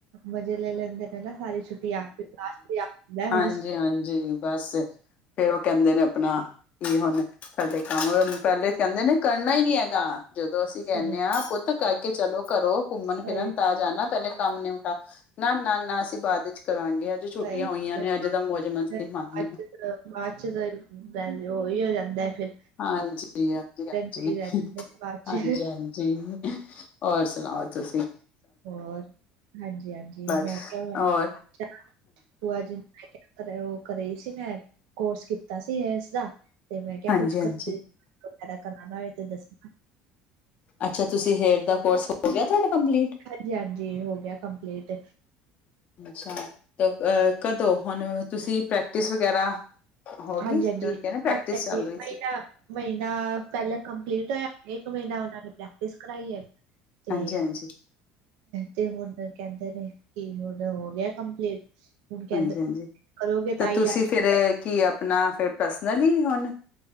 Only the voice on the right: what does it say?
ਮਜ਼ੇ ਲੈ ਲੈਂਦੇ ਨੇ ਸਾਰੀ ਛੱਟੀ ਆ ਫਿਰ ਲਾਸਟ ਆਉਂਦਾ
ਸਹੀ
ਸਹੀ
ਸਹੀ
ਗੱਲ
ਹੈ ਬਾਅਦ
ਚ ਬਾਅਦ 'ਚ ਤਾਂ ਬਲੋਈ ਹੋ ਜਾਂਦਾ ਫਿਰ।
ਫਿਰਨ ਤੇ ਹੀ ਰਹਿ ਜਾਂਦੇ ਨੇ ਬਾਅਦ ਚ
ਹੋਰ ਹਾਂਜੀ, ਹਾਂਜੀ
ਮੈਂ ਕਿਹਾ ਮੈਂ
ਚਲੋ ਅਜ ਮੈਂ ਕਿਆ ਕਰ ਉਹ ਘਰੇ ਹੀ ਸੀ ਮੈਂ ਕੋਰਸ ਕੀਤਾ ਸੀ, ਇਸ ਦਾ ਤੇ ਮੈਂ
ਕਿਹਾ ਕੁਛ
ਕਰ ਵਗੈਰਾ ਕਰਾਂਨਾ ਹੋ ਤੇ ਦੱਸਣਾ।
ਹਾਂਜੀ, ਹਾਂਜੀ ਹੋ ਗਿਆ ਕੰਪਲੀਟ।
ਹਾਂਜੀ,
ਹਾਂਜੀ,
ਹਾਂਜੀ, ਹਾਂਜੀ
ਨਹੀ
ਤਾਂ ਮਹੀਨਾ ਪਹਿਲਾਂ ਕੰਪਲੀਟ ਹੋਇਆ ਇੱਕ ਮਹੀਨਾ ਉਹਨਾਂ ਨੇ ਪ੍ਰੈਕਟਿਸ ਕਰਵਾਈ ਹੈ। ਤੇ
ਤੇ ਹੁਣ ਕਹਿੰਦੇ ਨੇ ਕਿ ਹੁਣ ਹੋ ਗਿਆ ਕੰਪਲੀਟ। ਹੁਣ ਕਹਿੰਦੇ
ਕਰੋਗੇ
ਤਾਂ ਹੀ
ਆ